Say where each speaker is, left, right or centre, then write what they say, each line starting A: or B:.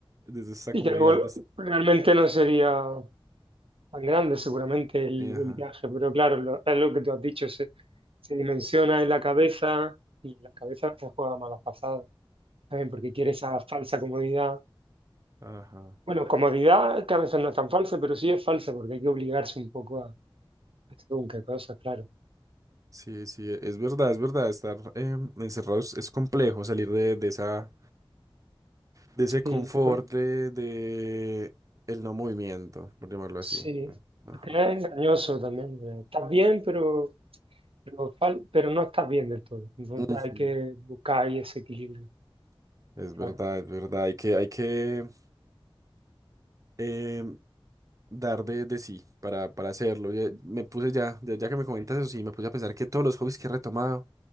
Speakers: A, on the right (about 35°); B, on the right (about 80°).
A: desde esta
B: Y
A: comodidad.
B: que luego
A: de esta-
B: realmente no sería tan grande seguramente el,
A: eh, Ajá,
B: el viaje, pero claro, lo- es lo que tú has dicho, se, se dimensiona en la cabeza y la cabeza se juega malas pasadas. ¿saben? Porque quiere esa falsa comodidad.
A: ajá.
B: Bueno, comodidad que a veces no es tan falsa, pero sí es falsa porque hay que obligarse un poco a a hacer un que cosa, claro.
A: Sí, sí, e- es verdad, es verdad, estar em, encerrados es complejo, salir de, de esa, de ese
B: Sí,
A: confort
B: por-
A: de, de el no movimiento, por llamarlo
B: sí,
A: así. Ajá.
B: porque es engañoso también. eh, Estás bien, pero, pero, fal- pero no estás bien del todo. Entonces
A: Ujú.
B: hay que buscar ahí ese equilibrio,
A: Es verdad,
B: claro.
A: es verdad, hay que, hay que em, dar de, de sí para, para hacerlo. Ya- me puse ya, ya, ya que me comentas eso, sí, me puse a pensar que todos los hobbies que he retomado